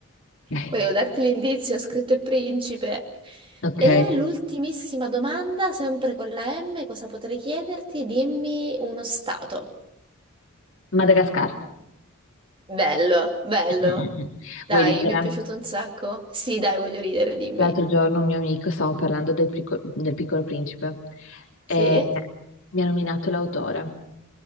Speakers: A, on the left (about 65°); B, on the right (about 25°).
A: <laughs> Eh,
B: Volevo darti l'indizio, ho scritto Il Principe.
A: Ok.
B: E l'ultimissima domanda, sempre con la M, cosa potrei chiederti? Dimmi uno stato.
A: Madagascar.
B: Bello, bello.
A: Mm-mm-mm.
B: Dai,
A: Vuoi ridere?
B: mi è piaciuto un sacco. Sì, dai, voglio ridere, dimmi.
A: L'altro giorno un mio amico stavo parlando del, Pico- del Piccolo Principe e
B: Sì?
A: mi ha nominato l'autore.